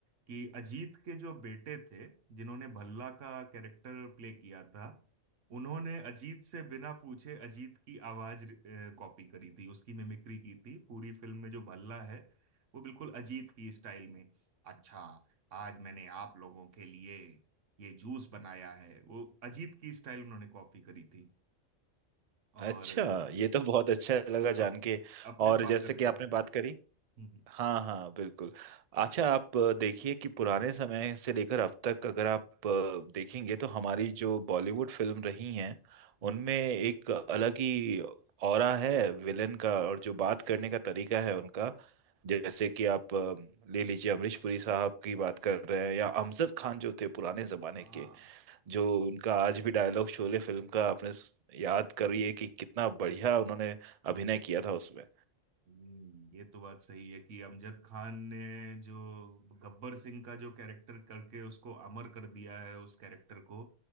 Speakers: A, on the right (about 75°); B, on the right (about 50°).
A: कि अजीत के जो बेटे थे जिन्होंने भल्ला का कैरेक्टर प्ले किया था उन्होंने अजीत से बिना पूछे अजीत की आवाज कॉपी करी थी उसकी मिमिक्री की थी पूरी फिल्म में जो भल्ला है वो बिल्कुल अजीत की स्टाइल में अच्छा आज मैंने आप लोगों के लिए ये जूस बनाया है वो अजीत की स्टाइल उन्होंने कॉपी करी थी और
B: अच्छा ये तो बहुत अच्छा लगा जान
A: अप,
B: के
A: अपने
B: और
A: फादर
B: जैसे कि
A: की
B: आपने बात करी
A: हम्म
B: हाँ हाँ बिल्कुल अच्छा आप अ, देखिए कि पुराने समय से लेकर अब तक अगर आप अ, देखेंगे तो हमारी जो बॉलीवुड फिल्म रही हैं
A: हम्म
B: उनमें
A: हम्म।
B: एक अलग ही ऑरा है विलन का और जो बात करने का तरीका है उनका जैसे कि आप अ, ले लीजिए अमरीश पुरी साहब की बात कर रहे हैं या अमजद खान जो थे पुराने जमाने
A: हाँ
B: के जो उनका आज भी डायलॉग शोले फिल्म का आपने याद करिए कि कितना बढ़िया उन्होंने अभिनय किया था उसमें
A: हम्म, ये तो बात सही है कि अमजद खान ने जो गब्बर सिंह का जो कैरेक्टर करके उसको अमर कर दिया है उस कैरेक्टर को